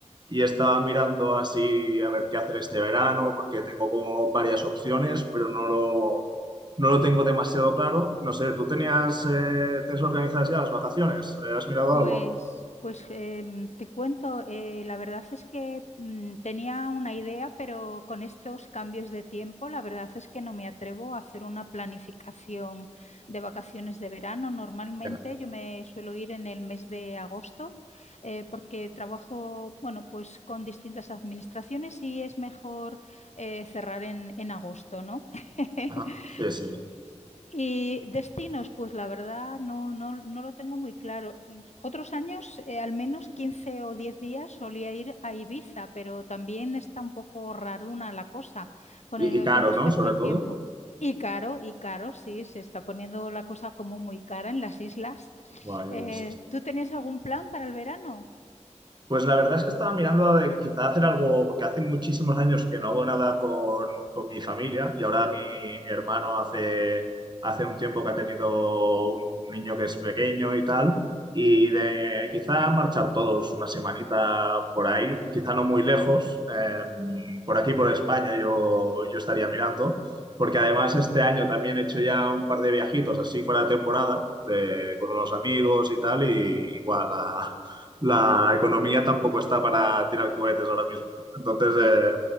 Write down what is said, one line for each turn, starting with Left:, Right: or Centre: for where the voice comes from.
Right: y estaba mirando así a ver qué hacer este verano porque tengo como varias opciones, pero no lo, no lo tengo demasiado claro. No sé, ¿tú tenías, eh, tienes organizadas ya las vacaciones? ¿Eh, ¿Has mirado
Left: Pues,
Right: algo?
Left: pues em, te cuento, eh, la verdad es que mm, tenía una idea, pero con estos cambios de tiempo, la verdad es que no me atrevo a hacer una planificación de vacaciones de verano. Normalmente
Right: Ya.
Left: yo me suelo ir en el mes de agosto, eh, porque trabajo, bueno, pues con distintas administraciones y es mejor eh, cerrar en, en agosto, ¿no? <laughs>
Right: Ajá. Sí, sí.
Left: Y destinos, pues la verdad no, no, no lo tengo muy claro. Otros años, eh, al menos 15 o 10 días solía ir a Ibiza, pero también está un poco raruna la cosa con
Right: Y,
Left: el-
Right: y caro,
Left: con respecto
Right: ¿no? Sobre
Left: al
Right: todo.
Left: tiempo. Y caro, y caro, sí, se está poniendo la cosa como muy cara en las islas.
Right: Guau, ya
Left: Eh,
Right: ves, sí, sí.
Left: ¿tú tenías algún plan para el verano?
Right: Pues la verdad es que estaba mirando de quizá hacer algo, porque hace muchísimos años que no hago nada con, con mi familia y ahora mi, mi hermano hace, hace un tiempo que ha tenido un, un niño que es pequeño y tal, y de quizá marchar todos una semanita por ahí, quizá no muy lejos, em, por aquí, por España, yo, yo estaría mirando, porque además este año también he hecho ya un par de viajitos así fuera de temporada, de- con unos amigos y tal, y igual a la economía tampoco está para tirar cohetes ahora mismo. Entonces,
Left: De-
Right: eh,